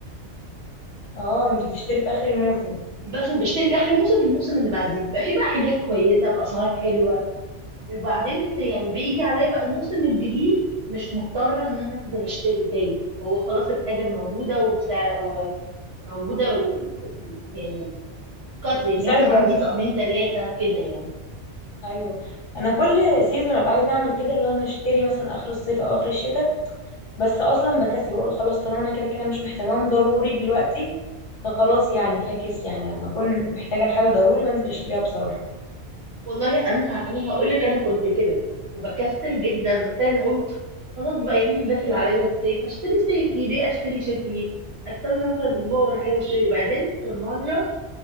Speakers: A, on the left (about 55°); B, on the right (about 60°).
A: اه انت بتشتري في اخر الموسم
B: بخ- بشتري في اخر موسم الموسم اللي بعديه بيبقى فيه بقى حاجات كويسة باسعار حلوة وبعدين يعني بيجي عليا بقى الموسم الجديد مش مضطرة ان انا انزل اشتري تاني هو خلاص الحاجة موجودة وبسعر وموجودة و... يعني كتر يعني
A: بسعر
B: مثلا
A: كويس
B: عندي طقمين ثلاثة كده يعني
A: ايوه انا كل سيزون ابقى عايزه اعمل كده اللي هو انا اشتري مثلا اخر الصيف او اخر الشتاء بس اصلا بكسل بقول خلاص طالما انا كده كده مش محتاجاهم ضروري دلوقتي فخلاص يعني فاكس يعني لما اكون محتاجه لحاجه ضروري بنزل اشتريها بصراحه
B: والله انا انا هقول لك انا كنت كده وبكسل جدا وبتاع اقول خلاص بقى يعني داخل عليا الصيف اشتري صيفي ليه اشتري شتوي استنى مثلا اسبوع ولا حاجه اشتري بعدين في مره